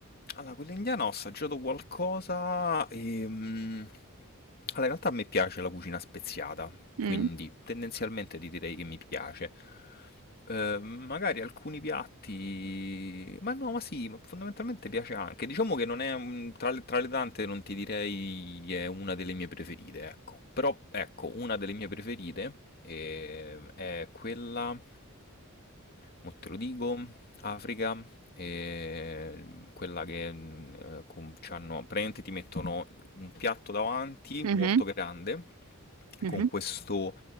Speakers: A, on the left; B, on the right.
A: Allora, quella indiana ho assaggiato qualcosa e... mm, Allora, in realtà a me piace la cucina speziata, quindi
B: Mm.
A: tendenzialmente ti direi che mi piace. Eh, magari alcuni piatti... Ma no, ma sì, ma fondamentalmente piace anche. Diciamo che non è... un- Tra le, tra le tante non ti direi è una delle mie preferite, ecco. Però, ecco, una delle mie preferite eh, è quella... Mo te lo dico, Africa e mm, quella che mm, eh, com- c'hanno- praticamente ti mettono un piatto davanti
B: Mhm,
A: molto grande
B: mhm.
A: con questo